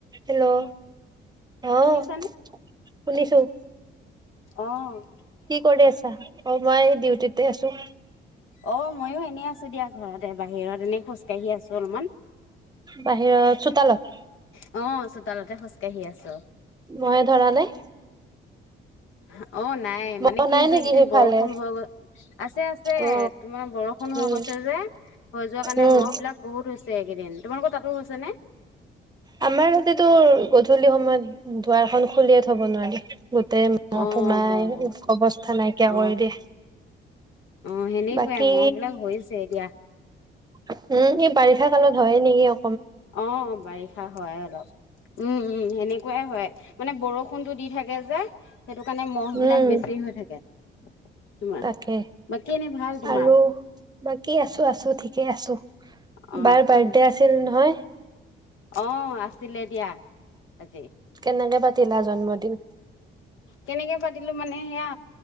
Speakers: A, on the right (about 20°); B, on the left (about 80°).
A: Hello! অ'
B: শুনিছানে?
A: শুনিছোঁ।
B: অ'
A: কি কৰি আছা? অ' মই ডিউটিতে আছো।
B: অ' মই এনেই আছো দিয়া ঘৰতে, বাহিৰত এনেই খোজকাঢ়ি আছো অলপমান।
A: বাহিৰৰ চোতালত।
B: অ' চোতালতে খোজকাঢ়ি আছো।
A: মহে ধৰা নাই?
B: হা? অ' নাই
A: মহ
B: মানে কি
A: নাই
B: হৈছে
A: নেকি
B: এইকেইদিন,
A: সেইফালে
B: বৰষুণ হৈ আছে।
A: অ
B: তোমাৰ বৰষুণ হৈ
A: উম
B: গৈছে যে, হৈ যোৱা কাৰণে
A: উম
B: ম'হ বিলাক বহুত হৈছে এইকেইদিন, তোমালোকৰ তাতো হৈছে নে?
A: আমাৰ তাতে টো গধূলি সময়ত দুৱাৰখন খুলিয়ে থ'ব নোৱাৰি। গোটেই ম'হ
B: অ
A: সোমাই
B: মহ বহুত
A: অৱস্থা নাইকিয়া
B: অ
A: কৰি দিয়ে।
B: অ' সেনেকুৱাই
A: বাকী
B: ম'হ বিলাক যে হৈছেই দিয়া।
A: উম! এই বাৰিষা কালত হয় নেকি? অ'
B: অ' বাৰিষাত হয় অলপ। উম! উম! সেনেকুৱাই হয় মানে বৰষুণ বৰষুণ টো দি থাকে যে সেইটো কাৰণে ম'হ
A: উম
B: বিলাক বেছি হৈ থাকে। তোমাৰ
A: তাকে
B: বাকী এনে ভাল তোমাৰ
A: আৰু বাকী আছো, আছো। ঠিকে আছো বাৰু,
B: অ', অ',
A: বাৰ্থডে আছিল নহয়।
B: অ আছিলে দিয়া তাতে।
A: কেনেকে পাতিলা জন্মদিন।
B: কেনেকে পাতিলো মানে সেয়া